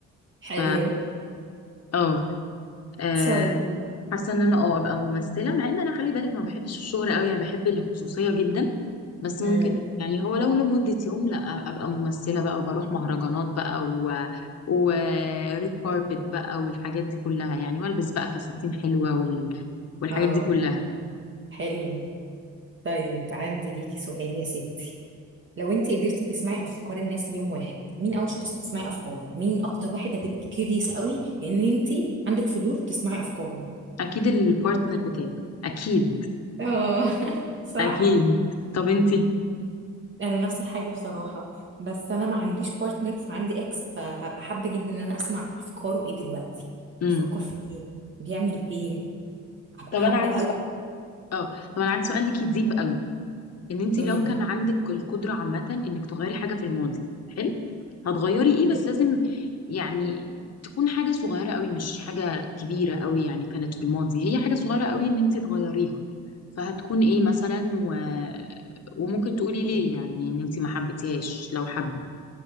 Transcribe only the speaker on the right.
حلو
طيب
امم
اه
حلو طيب عندي ليكي سؤال يا ستي لو انت قدرتي تسمعي افكار الناس ليوم واحد مين اول شخص هتسمعي افكاره مين اكتر واحد هتبقي كيريس قوي ان انت عندك فضول تسمعي افكاره
اه <laughs> صح
انا نفس الحاجه بصراحه بس انا ما عنديش بارتنر فعندي اكس فهبقى حابه جدا ان انا اسمع افكاره ايه دلوقتي
بيفكر في ايه بيعمل ايه هبقى
حابه
قوي
قولي
لي
حلو
حلو.